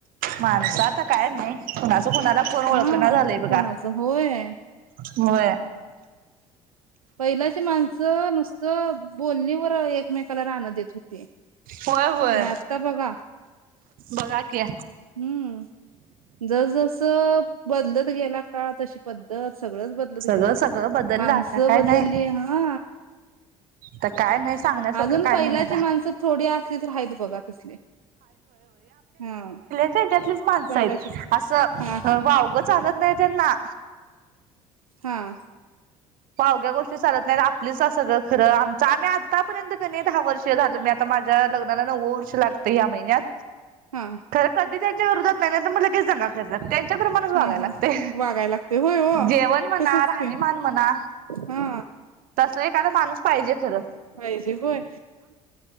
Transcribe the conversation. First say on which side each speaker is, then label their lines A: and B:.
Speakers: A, on the right (about 55°); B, on the right (about 85°).
A: माणसं आता काय नाही तु तो कुणाला फोन ओळखना
B: हा
A: झालंय बघा
B: कोणाचं होय
A: म
B: पहिल्याच माणसं नुसतं बोलणीवर म कलर आण देतो ते
A: होय होय
B: आणि आता बघा
A: बघा की
B: हम्म जस जस बदलत गेला काळ तशी प ब सगळंच बदलत
A: सगळं
B: गेल
A: सगळं बदललं
B: माणसं
A: आता काय
B: बदलली
A: नाही
B: हा
A: तर काय नाही सांगण्यासारखं
B: अजून
A: काय
B: पहिलाची
A: नाही आता
B: माणसं थोडी असली तर राहत बघा तसले हा
A: ेट्यातलेच माणसाहेब
B: पहिलाचीच
A: असं
B: हा
A: वावगं चालत नाही त्यांना
B: हां
A: अवघ्या गोष्टी चालत नाही आपलीच सगळं खरं आमचं आम्ही आतापर्यंत क नाही दहा वर्ष झाली. आता माझ्या लग्नाला नव्व वर्ष लागतं या महिनत.
B: हा
A: तर पदी. त्यांच्या विरोधात नाही नाहीतर लगेच दंगा करतात. त्याच्या प्रमाणच बगायला
B: हा
A: लागते.
B: हा वागायला लागते होय हो
A: जेवण म्हणा
B: तसच
A: राहणीमान
B: की
A: म्हणा.
B: हा
A: तसलं एखाद माणूस पाहिजे खरं.
B: पाहिजे होय